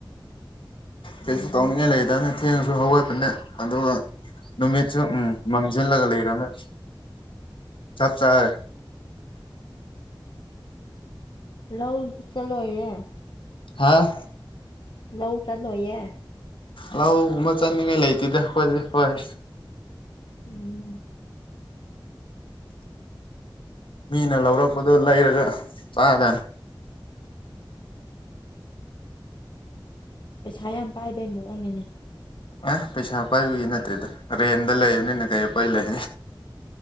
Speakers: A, on the left; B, on the left.
A: ꯀꯩꯁꯨ
B: ꯎꯝ
A: ꯇꯧꯅꯤꯡꯉꯥꯏ ꯂꯩꯗꯅ ꯊꯦꯡꯉꯁꯨ ꯍꯧꯋꯠꯕꯅꯦ ꯑꯗꯨꯒ ꯅꯨꯃꯤꯠꯁꯨ ꯎꯝ ꯃꯝꯁꯤꯜꯂꯒ ꯂꯩꯔꯕꯝꯃꯦ ꯆꯞ ꯆꯔꯦ
B: ꯂꯧ ꯗꯤ ꯆꯂꯣ ꯌꯥ
A: ꯍꯥꯥ
B: ꯂꯧꯎ ꯁꯠꯜꯣꯌꯦ
A: ꯂꯥꯎ ꯒꯨꯝꯕ ꯆꯥꯠ ꯅꯤꯉꯏ ꯂꯩꯇꯦꯗ ꯈꯣꯏꯗꯗꯤ ꯍꯣꯏ
B: ꯎꯝ
A: ꯃꯤꯅ ꯂꯧꯔꯛꯄꯗꯣ ꯂꯩꯔꯒ ꯆꯥꯒꯗꯅꯤ
B: ꯄꯩꯁꯥ ꯌꯥꯝ ꯄꯥꯏꯕꯩ ꯃꯑꯣꯡꯅꯤꯅꯦ
A: ꯑꯦ ꯄꯩꯁꯥ ꯄꯥꯏꯕꯒꯤ ꯅꯠꯇꯦꯗ ꯔꯦꯟꯗ ꯂꯩꯕꯅꯤꯅ ꯀꯩ ꯑꯄꯥꯏ ꯂꯩ